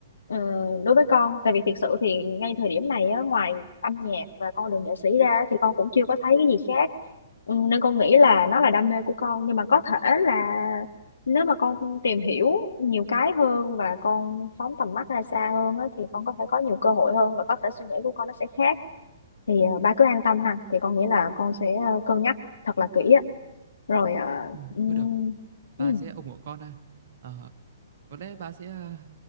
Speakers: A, on the left (about 65°); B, on the right (about 50°).
A: ờ, đối với con tại vì thực sự thì ngay thời điểm này á, ngoài âm nhạc và con đường nghệ sĩ ra thì con cũng chưa có thấy cái gì khác ừ, nên con nghĩ là nó là đam mê của con nhưng mà có thể là nếu mà con tìm hiểu nhiều cái hơn và con phóng tầm mắt ra xa hơn á, thì con có thể có nhiều cơ hội hơn và có thể suy nghĩ của con nó sẽ khác thì ờ, ba cứ an tâm ha thì con nghĩ là con sẽ ờ, cân nhắc thật là kỹ á rồi à,
B: Ừm,
A: ừm,
B: thôi được, ba
A: ừm.
B: sẽ ủng hộ con ha. Ờ, có lẽ ba sẽ, a,